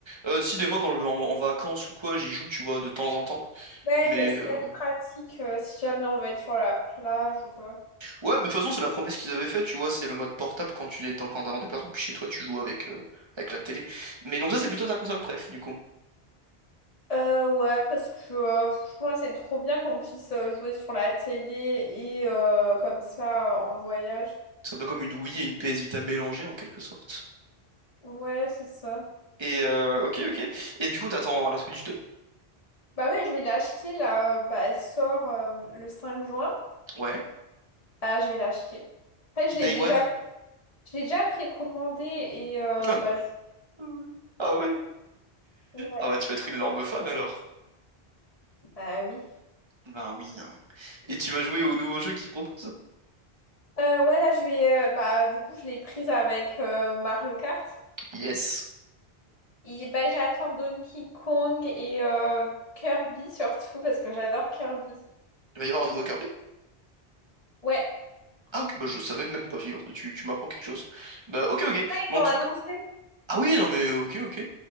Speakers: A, on the right; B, on the left.
A: Euh, si, des fois quand je vais en, en vacances ou quoi, j'y joue, tu vois, de temps en temps,
B: Ouais,
A: mais...
B: y a- c'est
A: euh,
B: quand même
A: ouais.
B: pratique euh, si jamais on veut être sur la plage ou quoi.
A: Ouais, mais de toute façon, c'est la promesse qu'ils avaient faite, tu vois, c'est le mode portable quand tu es en, quand t'es en déplacement, puis chez toi, tu joues avec, euh, avec la télé. Mais donc ça, c'est plutôt ta console préf, du coup.
B: Euh, ouais, parce que euh, franchement, c'est trop bien qu'on puisse euh, jouer sur la télé et euh, comme ça euh, en voyage.
A: C'est un peu comme une Wii et une PS Vita mélangées, en quelque sorte.
B: Ouais, c'est ça.
A: Et, euh, ok, ok. Et du coup, t'attends la Switch 2?
B: Bah ouais, je vais l'acheter là. euh, Bah, elle sort euh, le 5 juin.
A: Ouais.
B: Bah, je vais l'acheter. En fait, je
A: Day
B: l'ai déjà,
A: One?
B: je l'ai déjà précommandé et euh,
A: <laughs>
B: bah, je...
A: Ah ouais?
B: Ouais.
A: Ah bah, tu vas être une énorme fan, alors.
B: Bah oui.
A: Ben oui. hein. Et tu vas jouer au nouveau jeu qu'ils proposent?
B: Euh, ouais, là, je vais. euh, bah, du coup, je l'ai prise avec euh, Mario Kart.
A: Yes.
B: Et bah, j'attends Donkey Kong et euh, Kirby surtout parce que j'adore Kirby.
A: Il va y avoir un nouveau Kirby?
B: Ouais.
A: Ah ok, bah je savais même pas, figure, tu, tu m'apprends quelque chose. Bah ok, ok.
B: Là, ils
A: Mais en
B: l'ont
A: tout
B: annoncé.
A: Ah oui, non mais ok, ok.